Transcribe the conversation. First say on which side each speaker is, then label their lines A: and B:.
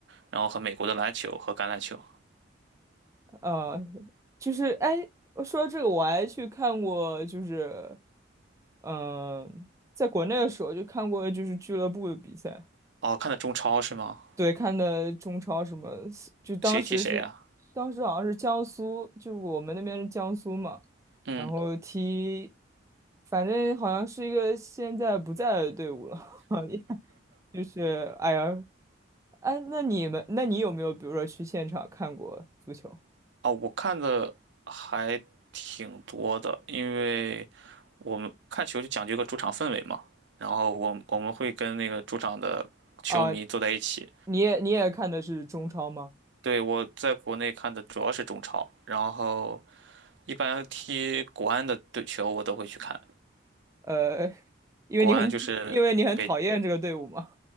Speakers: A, on the right; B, on the right.
A: 然后和美国的篮球和橄榄球。
B: 呃，就是哎，我说到这个我还去看过，就是嗯、呃在国内的时候就看过就是俱乐部的比赛，
A: 哦，看的中超是吗？
B: 对，看的中超什么，就当时是当时好像是江苏，
A: 谁踢谁啊？
B: 就我们那边是江苏嘛，
A: 嗯。
B: 然后踢，反正好像是一个现在不在的队伍了，就是哎呀，哎，那你们那你有没有比如说去现场看过足球
A: 啊，我看的还挺多的，因为我们看球就讲究一个主场氛围嘛。然后我我们会跟那个主场的球迷坐在一起。
B: 啊？你也你也看的是中超吗？
A: 对，我在国内看的主要是中超，然后一般踢国安的队球我都会去看。
B: 呃，因为你很因为你很讨厌这个队伍嘛。
A: 国安就是北